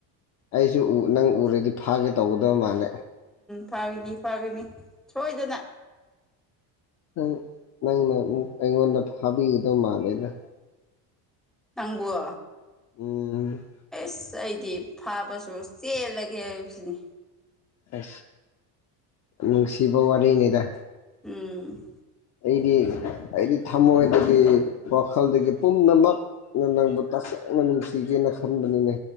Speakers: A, on the left (about 40°); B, in the centre.
A: ꯑꯩꯁꯨ ꯎ ꯅꯪ ꯎꯔꯗꯤ ꯐꯥꯒꯦ ꯇꯧꯒꯗꯕ ꯃꯥꯜꯂꯦ
B: ꯐꯥꯒꯅꯤ ꯐꯥꯒꯅꯤ ꯁꯣꯏꯗꯅ
A: ꯅꯪ ꯅꯪꯅ ꯑꯃ ꯑꯩꯉꯣꯟꯗ ꯐꯥꯕꯤꯒꯗꯧ ꯃꯥꯜꯂꯦꯗ
B: ꯅꯪꯕ
A: ꯎꯝ
B: ꯑꯁ ꯑꯩꯗꯤ ꯐꯥꯕꯁꯨ ꯆꯦꯜꯂꯒꯦ ꯍꯥꯏꯕꯁꯤꯅꯤ
A: ꯑ ꯅꯅꯨꯡꯁꯤꯕꯧꯔ ꯅꯩꯗꯗꯥ
B: ꯎꯝ
A: ꯑꯩꯗꯤ ꯑꯩꯗꯤ ꯊꯃꯣꯏꯗꯒꯤ ꯋꯥꯈꯜꯗꯒꯤ ꯄꯨꯝꯅꯃꯛꯅ ꯅꯪꯕꯨ ꯇꯁ ꯅ ꯅꯨꯡꯁꯤꯒꯦꯅ ꯈꯟꯕꯅꯤꯅꯦ